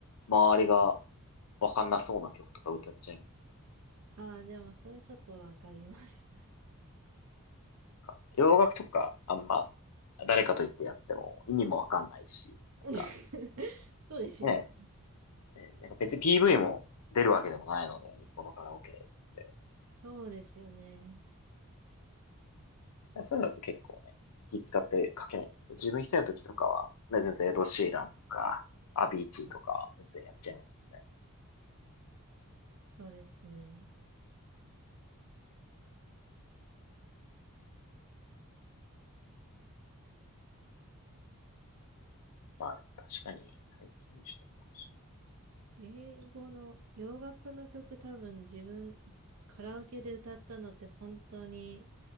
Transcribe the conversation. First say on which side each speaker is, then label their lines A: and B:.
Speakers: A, on the left; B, on the right.
A: 周りがわかんなそうな曲とか歌っちゃいますね。
B: ああ、でもそれちょっとわかります。
A: なんか洋楽とかあんま誰かと言ってやっても意味もわかんないし、
B: <laughs>
A: なんか
B: そうですよね。
A: ね、ねなんか別に PV も出るわけでもないので、日本のカラオケって。
B: そうですよね。
A: そういうのだと結構ね、気使って書けないんですけど、自分一人の時とかは、ね、全然エド・シーランとか、アビーチーとか、
B: うん
A: 全然やっちゃいますね。
B: そうですね。
A: まあでも確かに、最近ちょっとなんかし、
B: 英語の洋楽の曲多分自分カラオケで歌ったのって本当に